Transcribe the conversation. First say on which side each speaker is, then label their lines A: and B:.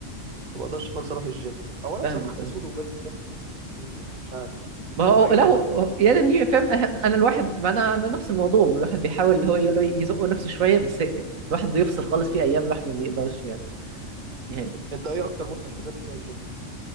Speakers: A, on the right; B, on the right.
A: ما بقدرش خالص اروح الجيم او انا
B: فاهمك
A: بصراحه كسول
B: أيوه
A: وبدي ده اكسكيوز يعني مش عارف
B: ما هو
A: حاجه
B: لا
A: منهم
B: هو
A: يعني
B: يا ريتني فاهم أنا أنا الواحد ما أنا أنا نفس الموضوع الواحد بيحاول اللي هو يقول له يزق نفسه شوية بس الواحد بيفصل خالص في أيام الواحد ما بيقدرش يعني نهائي
A: انت ايه اكتر مده التزمت فيها الجيم